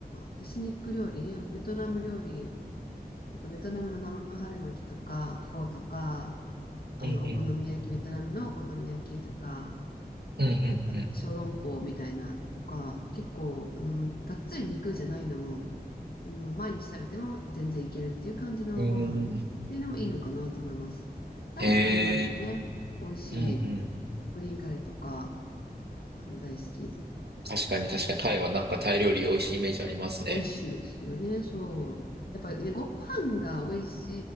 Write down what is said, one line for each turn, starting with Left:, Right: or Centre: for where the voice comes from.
Left: らエスニック料理、あのベトナム料理とか、ベトナムの生春巻きとか、フォーとか、あの、
Right: うんうん。
Left: お好み焼き、ベトナムのお好み焼きとか、
Right: うんうん
Left: なんか小籠包みたいなのとか、結構、あの、がっつり肉じゃないのも、あの、毎日食べても全然いけるっていう感じのご飯っていうのもいいのかなと思います。
Right: うん。うん。
Left: タイもタイ料理もね、
Right: へえ
Left: 美味しい。
Right: うんうん。
Left: グリーンカレーとか、あの、大好き
Right: 確かに確かにタイはなんかタイ料理美味しいイメージありますね。
Left: です。美味しいですよね、そう。やっぱりね、ご飯が美味し